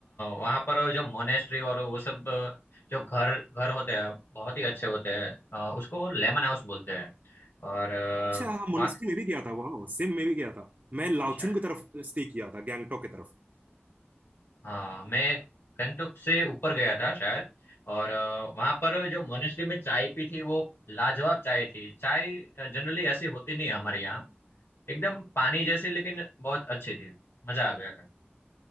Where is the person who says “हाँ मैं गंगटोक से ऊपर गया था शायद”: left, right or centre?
Left